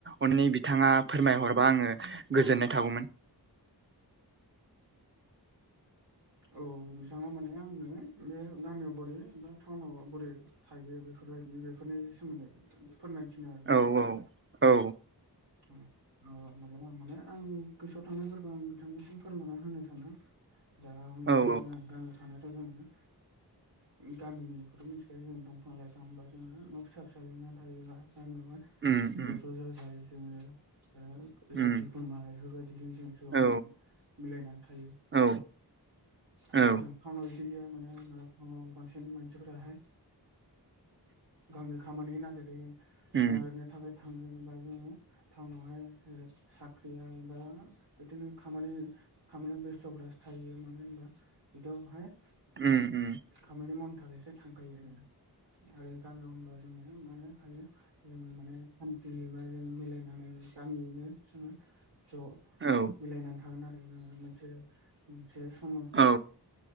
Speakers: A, on the right; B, on the right.
A: अननि बिथाङा फोरमायहरबा आङो गोजोननाय
B: औ
A: थागौमोन
B: औ बिथाङा माने आंनो बे गामियाव बोरै बा टाउनाव बोरै थायो बेफोरबायदि बेफोरनि सोमोन्दै फोरमायथिनो आरो
A: औ औ
B: ओ माबेबा मानो आं गोसोआव थानायफोरखौ आं बिथांनिसिम फोरमायना होनो सानो। दा हमना
A: औ
B: ला जोङो
A: औ
B: गामियाव थानायाथ' जोङो
A: <inaudible>
B: गामिनिखौथ' मिथिखायो जों दंफां लाइफांबा जोङो न' फिसा फिसा लुनानै थायोबा गामियावहाय
A: उम उम
B: ज' ज' जाजाय जोङो ओ
A: उम
B: जाथि खुरमा इफोरबायदिजों जों ज'
A: औ
B: मिलायनानै थायो।
A: औ
B: आरो
A: औ
B: जों टानाव इदि गैया मानो होनोब्ला टाउनाव बांसिन मानसिफोराहाय गावनि खामानि नागिरै
A: उम
B: नागिरनो थाखाय थाङो बा जोङो टाउनावहाय साख्रिया बा बिदिनो खामानि खामानि बेस्थ'फोरासो थायो मानो होनबा बिदियावहाय
A: उम उम
B: खामानि मावनो थाखायसो थांखायोङो जोङो आरो गामियाव होनबा जोङो मानो थायो जोङो माने सान्थियो बा जों मिलायनानै गामियैनो जोङो ज'
A: औ
B: मिलायनानै थागोन आरो जोङो मोनसे मोनसे समाव
A: औ